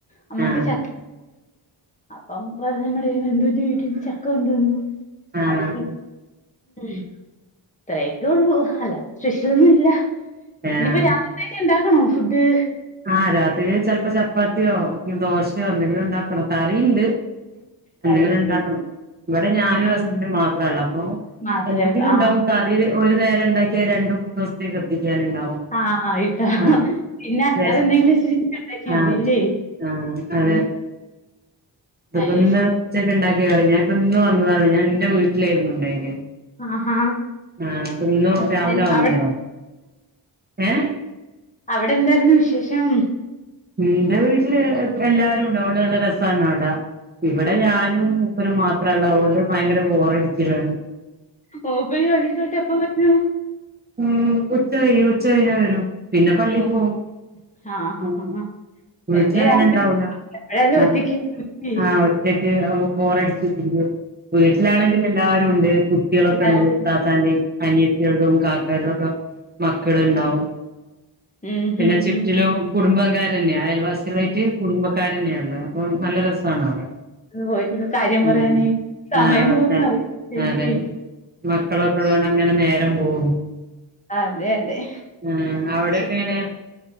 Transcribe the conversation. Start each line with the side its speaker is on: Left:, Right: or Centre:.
Left: നമ്മക്ക്
Right: ആഹ്
Left: ചക്ക അപ്പം പറ നമ്മുടെ ഒരു ബന്ധുവിന്റെ വീട്ടിന്ന് ചക്ക കൊണ്ടുവന്നു
Right: ആഹ്
Left: അത് ഇപ്പം ഇത്രയൊക്കെ ഉള്ളൂ അല്ലാതെ സ്പെഷ്യലൊന്നുല്ല
Right: ആഹ്
Left: ഇനിപ്പോ രാത്രിത്തേക്ക് ഇണ്ടാക്കണോ ഫുഡ്
Right: ആഹ് രാത്രി ചെല്പ്പോ ചപ്പാത്തിയോ ദോശയോ എന്തെങ്കിലും ഉണ്ടാക്കണം കറിണ്ട് എന്തെങ്കിലും
Left: കറി ഇരിപ്പുണ്ട്
Right: ഉണ്ടാക്കണം ഇവിടെ ഞാനും
Left: ഉം
Right: ഹസ്ബൻഡും മാത്രുള്ളു അപ്പൊ
Left: മാത്രേ
Right: എന്തെങ്കിലും
Left: ഉള്ളൂ
Right: ഉണ്ടാവും
Left: ആ
Right: ഒരു നേരം ഇണ്ടാക്കിയ രണ്ട് മൂന്ന് ദിവസത്തേക്ക് എത്തിക്കാനുണ്ടാവും
Left: ആഹ് ആയിട്ടാ
Right: ആഹ്
Left: പിന്നെ അതല്ലാതെ
Right: ലേശം
Left: എന്തെങ്കിലും ഇത്തിരി കൂടി ഉണ്ടാക്കിയാ
Right: ആഹ്
Left: മതില്ലേ
Right: ആഹ് അതെ
Left: ഉം
Right: ഇതിപ്പോ
Left: അയ്ശരി
Right: ഇന്ന് ഉച്ചക്ക് ഇണ്ടാക്കിയ കഴി ഞാൻ ഇപ്പ ഇന്ന് വന്നതൊള്ളു ഞാൻ ഇന്റെ വീട്ടിലായിരുന്നു ഉണ്ടായിനേ
Left: ആഹാ
Right: ആഹ് അപ്പ ഇന്ന്
Left: ആ,
Right: രാവിലെ
Left: അയ്-
Right: ആകുമ്പോള
Left: അവിടെ
Right: ഏഹ
Left: അവിടെ എന്തായിരുന്നു വിശേഷം
Right: ഇന്റെ വീട്ടില് എല്ലാരുണ്ട് അതോണ്ട് നല്ല രസാണ് അവിടെ ഇവിടെ ഞാനും മൂപ്പര് മാത്രള്ള അതുകൊണ്ട് ഭയങ്കര ബോറടിച്ചലാണ്
Left: മൂപ്പര് പള്ളിക്ക് പോയിട്ട് എപ്പം വരും
Right: ഉം ഉച്ചകഴിയും ഉച്ച കഴഞ്ഞാ വരും പിന്നെ പള്ളി
Left: ഓ
Right: പോവും
Left: ആ ആ
Right: ഉം
Left: ആ ആ.
Right: ഉം
Left: പിന്നെ
Right: വീട്ടില് അങ്ങനെണ്ടാവുല
Left: രാത്രി എപ്പോഴായാലും
Right: ആഹ
Left: ഒറ്റയ്ക്ക് പോയി.
Right: ആഹ ഒറ്റക്ക് ബോറടിച്ച് കുത്തിരിക്കും വീട്ടിലാണെങ്കിൽ എല്ലാവാരുണ്ട് കുട്ടികളൊക്കെണ്ട്
Left: എല്ലാരും
Right: ഉപ്പാന്റെ അനിയത്തിയേൽതും കാക്കാന്റൊക്കെ മക്കളുണ്ടാവും
Left: ഉം
Right: പിന്നെ
Left: ഉം
Right: ചുറ്റിലും
Left: ഉം
Right: കുടുംബകാരന്നെ അയൽവാസി കളായിട്ട് കുടുംബക്കാരന്നെയുള്ളേ അപ്പൊ നല്ല രസാണ് അവിടെ
Left: പെട്ടെന്ന് പോയിരുന്നു കാര്യം
Right: ഉം
Left: പറയാനേ സമയം
Right: ആഹ
Left: പോകുന്ന
Right: അതെ
Left: അറിയില്ലല്ലേ
Right: അതെ മക്കളൊക്കെ ഉള്ളോണ്ട് അങ്ങനെ നേരം പോകും
Left: അഹ അതെ അതെ
Right: ആഹ അവിടൊക്കെ
Left: അത് ശരി
Right: എങ്ങനെയാ